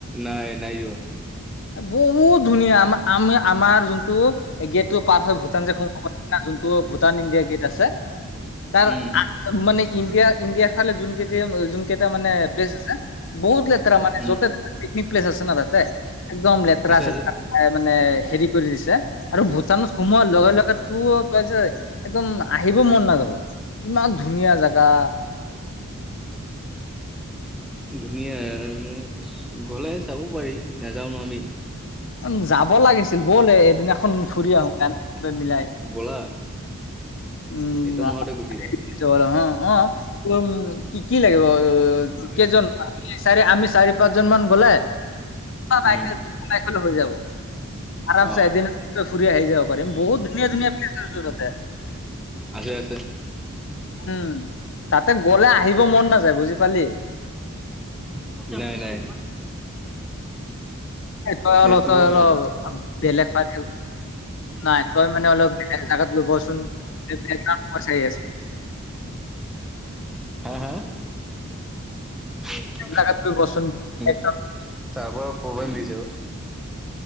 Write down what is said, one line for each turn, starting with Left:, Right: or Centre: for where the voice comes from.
Centre: নাই নাই যোৱা।
Left: বহুত ধুনীয়া, আম আমি আমাৰ যোনটো এই গেটটো পাৰ হৈ ভূটান যে সোম যোনটো ভূটান ইণ্ডিয়া গেট আছে, তাৰ
Centre: উম
Left: মানে ইণ্ডিয়া ইণ্ডিয়াৰ ফালে যোন কেইট যোন কেইটা মানে প্লেছ আছে। বহুত লেতেৰা মানে
Centre: উম
Left: যতে পিকনিক প্লেছ আছে ন তাতে, একদম লেতেৰা
Centre: আছে
Left: চেতেৰা।
Centre: আছে
Left: এ মানে হেৰি কৰি দিছে, আৰু ভূটানত সোমোৱাৰ লগে লগে তোৰ তই যে একদম আহিব মন নাযাব ইমান ধুনীয়া জেগা।
Centre: ধুনীয়া মানে গ'লে চাব পাৰি নেযাওঁ ন আমি।
Left: উ যাব লাগিছিল ব'ল এদিনাখন ফুৰি আহোগৈ আমি চবে মিলাই।
Centre: বলা
Left: <unintelligible>
Centre: এইটো মাহতে গুচি যাওঁ দে দে দে দে
Left: আমি আমি চাৰি পাঁচ জন মান গ'লে বাইক
Centre: উম
Left: হ'লেও হৈ যাব। আৰামচে
Centre: অ
Left: এদিন ফুৰি আহি যাব পাৰিম বহুত ধুনীয়া ধুনীয়া প্লেচ আছে তাতে।
Centre: আছে আছে।
Left: উম তাতে গ'লে আহিব মন নাযায়। বুজি পালি
Centre: নাই নাই।
Left: এ তই
Centre: প্লেচটো
Left: অলপ তই
Centre: বহুত
Left: অলপ
Centre: ভাল
Left: বেলেগ ফালে নাই তই মানে অলপ বেলেগ জাগাত গৈ বহ চোন বেকগ্ৰাউণ্ড আৱাজ আহি আছে।
Centre: হা হা? ছাৰ্ভাৰৰ
Left: বেলেগ জাগাত গৈ বচোন চাই পাব
Centre: প্ৰব্লেম দিছে ঔ।